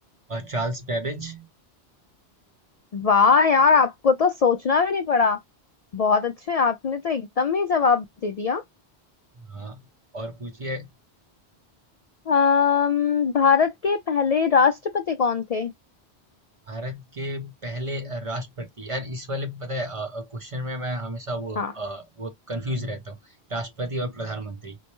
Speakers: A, on the right (about 35°); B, on the left (about 55°).
A: और चार्ल्स बैबेज
B: वाह यार आपको तो सोचना भी नहीं पड़ा बहुत अच्छे आपने तो एकदम ही जवाब दे दिया
A: हाँ, और पूछिए
B: अम्म भारत के पहले राष्ट्रपति कौन थे
A: भारत के पहले राष्ट्रपति यार इस वाले पता है क्वेश्चन में मैं हमेशा वो
B: हाँ
A: अ, वो कंफ्यूज रहता हूँ राष्ट्रपति और प्रधानमंत्री